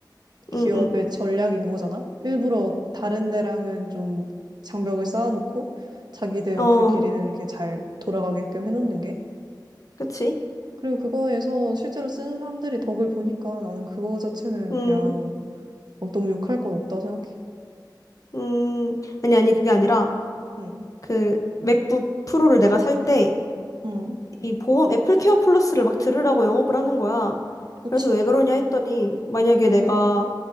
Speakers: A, on the right; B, on the left.
A: 기업의
B: 응, 응,
A: 전략인 거잖아. 일부러 다른 데랑은 좀 장벽을 쌓아놓고 자기들 어플끼리는
B: 응. 어,
A: 이렇게 잘 돌아가게끔 해놓는 게.
B: 그치?
A: 그리고 그거에서 실제로 쓰는 사람들이 덕을 보니까 나는 그거 자체는
B: 응,
A: 그냥 어, 너무 욕할 건 없다고 생각해.
B: 음, 음. 아니, 아니, 그게 아니라
A: 응,
B: 그 맥북 프로를 내가 살때
A: 응,
B: 이 보험 애플케어 플러스를 막 들으라고 영업을 하는 거야.
A: 그치?
B: 그래서 왜 그러냐 했더니 만약에
A: 응,
B: 내가